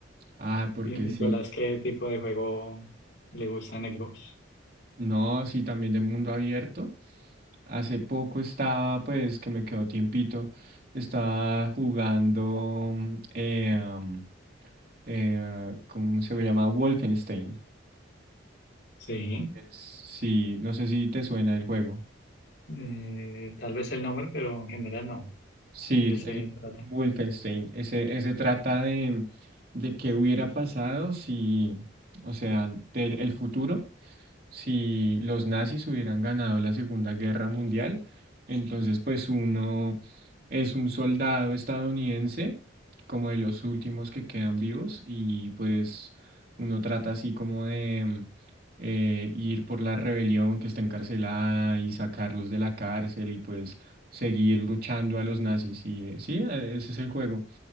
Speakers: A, on the right; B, on the left.
A: Ah, porque
B: Y, Nicolás,
A: sí.
B: ¿qué tipo de juego le gusta en Xbox?
A: No, sí, también de mundo abierto. Hace poco estaba, pues, que me quedó tiempito. Estaba jugando, mm, eh, um, eh, ¿cómo se llama? Wolfenstein.
B: Sí,
A: Es- Sí, no sé si te suena el juego.
B: eh, tal vez el nombre, pero en general no.
A: Sí,
B: ¿De qué se
A: el
B: trata?
A: Wolfenstein. Ese, ese trata de, de qué hubiera pasado si, o sea, del el futuro si los nazis hubieran ganado la Segunda Guerra Mundial, entonces pues uno es un soldado estadounidense, como de los últimos que quedan vivos, y pues uno trata así como de mm, eh, ir por la rebelión que está encarcelada y sacarlos de la cárcel y pues seguir luchando a los nazis. Y eh, sí, eh, ese es el juego.